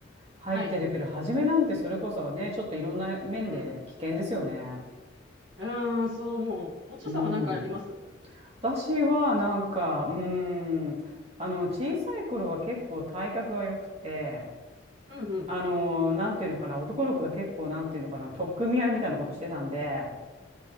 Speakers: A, on the right (about 35°); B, on the right (about 70°).
A: 入ってるけど、
B: はい、
A: 初めなんてそれこそね、ちょっといろんな面で危険ですよね。
B: うん。うーん、そう思う。おちょさんは何かあります
A: うん。私はなんか、うん、あの、小さい頃は結構体格が良くて、
B: うん、うん、
A: あの、なんていうのかな、男の子と結構なんていうのかな、取っ組み合いみたいなことしてたんで、